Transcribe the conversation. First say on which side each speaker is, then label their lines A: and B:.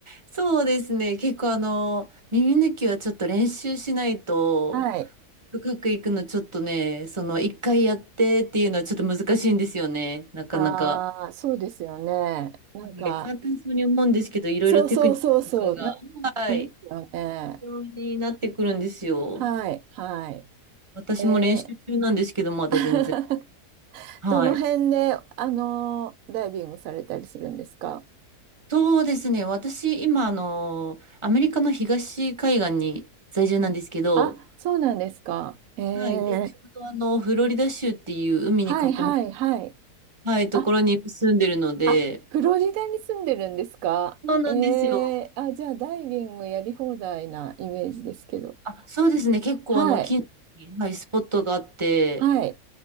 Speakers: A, on the right; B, on the right.
A: そうですね。結構あの、耳抜きはちょっと練習しないと、
B: はい。
A: 深く行くのちょっとね、その一回やってっていうのはちょっと難しいんですよね。なかなか。
B: ああ、
A: は
B: そうですよね。なんか、
A: い簡単そうに思うんですけど、いろいろテクニックとかが、
B: そうそうそうそう、なんかいますよね。
A: はい、必要になってくるんですよ。
B: はい、はい。
A: 私も練習中なんですけど、
B: えー
A: まだ全然。
B: <laughs>
A: はい。
B: どの辺で、あの、ダイビングされたりするんですか
A: そうですね。私、今、あの、アメリカの東海岸に在住なんですけど、
B: あ、そうなんですか。えー、
A: はい。で、ちょうどあの、フロリダ州っていう海に囲ま、
B: はい、はい、はい。
A: はい、ところに今住んでるので、
B: あ、あ、フロリダに住んでるんですかえー、
A: そうなんですよ。
B: あ、じゃあダイビングやり放題なイメージですけど。
A: あ、そうですね。結構、
B: はい、
A: あの、近所に、はい、スポットがあって、
B: はい。